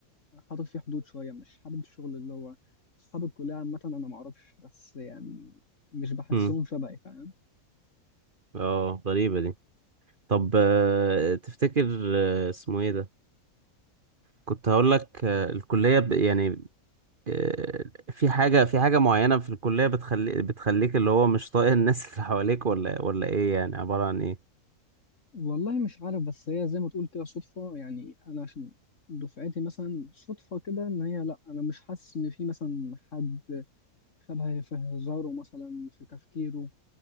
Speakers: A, on the left (about 55°); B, on the right (about 35°).
A: حاطط فيه حدود شويه مش حابب الشغل اللي هو اصحاب الكليه عامه انا معرفش بس يعني مش بحسهم
B: امم
A: شبهي فاهم
B: اه غريبه دي طب آه، تفتكر آه، اسمه ايه ده كنت هقول لك آه، الكلية ب... يعني آه، في حاجة في حاجة معينة في الكلية بتخلي بتخليك اللي هو مش طايق الناس اللي حواليك ولا ولا ايه يعني عبارة عن ايه
A: والله مش عارف بس هي زي ما تقول كده صدفة يعني أنا عشان دفعتي مثلا صدفة كده إن هي لأ أنا مش حاسس إن في مثلا حد شبهي في هزاره مثلا في تفكيره